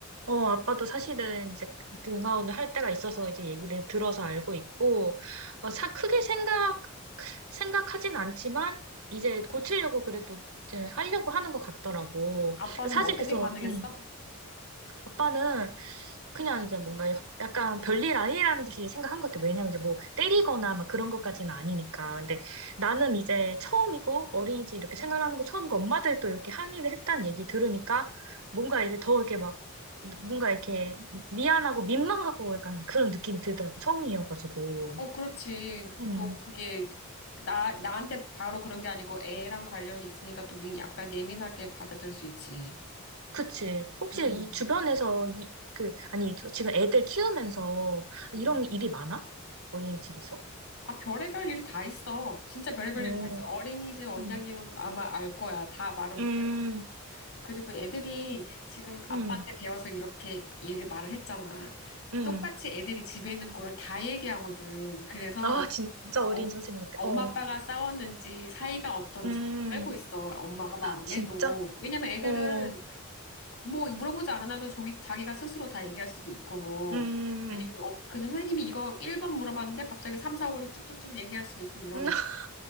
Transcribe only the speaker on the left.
아빠는
뭐 어떻게
반응했어?
어, 그렇지.
또 그게 나, 나한테 바로 그런 게 아니고 애랑 관련이 있으니까 또 미- 약간 예민하게 받아들일 수 있지.
음.
음.
아, 별의별 일이 다 있어. 진짜 별의별
일이 다 있어. 어린이집 원장님은
아마 알 거야. 다 말은
못하지. 그리고 애들이 지금 아빠한테
배워서 이렇게 얘를 말을 했잖아.
똑같이 애들이 집에 있는 거를 다 얘기하거든. 그래서
엄,
엄마
아빠가 싸웠는지 사이가 어떤지
다 알고 있어. 엄마가 망안
해도. 왜냐면 애들은
뭐 물어보지 않아도 조기, 자기가 스스로 다 얘기할 수도 있고 뭐
아니면
어, 그냥 선생님이 이거 1번 물어봤는데 갑자기 3, 4, 5, 6 쭉쭉쭉 얘기할 수도 있고 이러니까